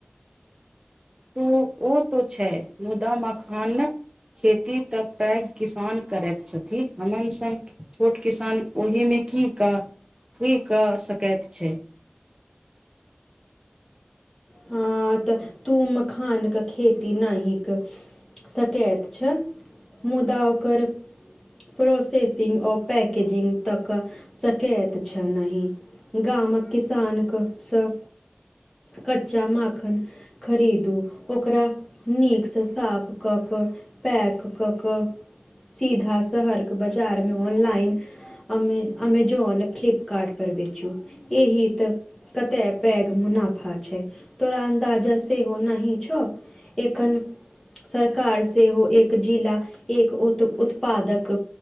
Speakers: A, on the right; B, in the centre.
A: तु ओ तो छैय मुदा मखानक। खेती तऽ पैघ किसान करैत छथिन हमन संग छोट। किसान ओहिमे कीऽ की कऽ सकैत छैय।
B: ह तऽ तु मखानक खेती नहि क सकैत छैय मुदा ओकर। प्रोसेसिंग आर पैकेजिंग तक सकैत छैय न नही। गामक किसानक स। कच्चा माखन खरीदु ओकरा नीक स साफ कऽ कऽ। पैक कऽक सीधा शहर क बाजारमे ऑनलाइन। अमे अमेजोन फ्लिपकार्ट पर बेचु एहि त। कतय पैघ मुनाफा। छैय तोरा अन्दाजा सेहो नाही छौ एखन। सरकार सेहो एक जिला एक उत उत्पादक।